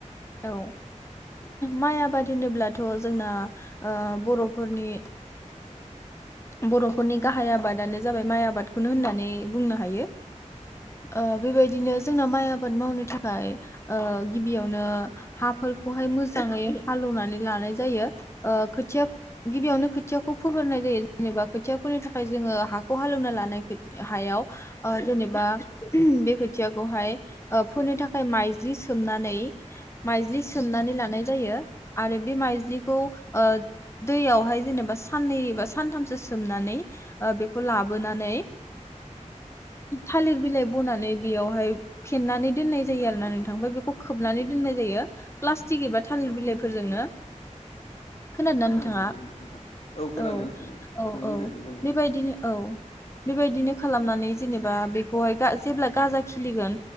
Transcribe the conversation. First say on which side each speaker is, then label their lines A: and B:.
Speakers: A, on the left; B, on the left.
A: औ माइ आबाद होनोब्लाथ जोंना ओ बर'फोरनि बर'फोरनि गाहाय आबादानो जाबाय माइ आबादखौनो होननानै बुंनो हायो ओ बेबायदिनो जोंना माइ आबाद मावनो थाखाय ओ गिबियावनो हाफोरखौहाय मोजाङै हालेवनानै लानाय जायो ओ खोथिया गिबियावनो खोथियाखौ फोगोननाय जायो जेनेबा खोथिया फोनो थाखाय जोङो हाखौ हालेवना लानाय हायाव ओ जेनेबा बे खोथियाखौहाय ओ फोनो थाखाय माइज्लि सोमनानै माइज्लि सोमनानै लानाय जायो आरो बे माइज्लिखौ ओ दैयावहाय जेनेबा साननै बा सानथामसो सोमनानै ओ बेखौ लाबोनानै थालिर बिलाइ बनानै बेयावहाय फेनानै दोननाय जायो आरो ना नोंथांफ्राय बेखौ खोबनानै दोननाय जायो प्लासटिक एबा थालिर बिलाइ फोरजोंनो। खोनादों ना नोंथाङा
B: औ नंगौ दे नोंथां खोनादों
A: औ
B: उम
A: औ
B: नंगौ
A: औ
B: दे नंगौ नोंथां
A: बेबायदिनो औ। बेबायदिनो खालामनानै जेनेबा बेखौहाय जेब्ला गाजा खिलिगोन